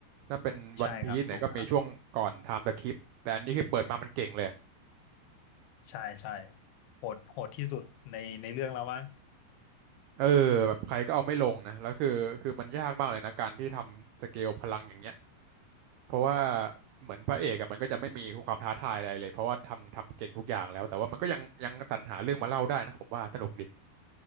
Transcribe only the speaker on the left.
ใช่ครับถูกครับ ใช่ใช่โหดโหดที่สุดในในเรื่องแล้วมั้ง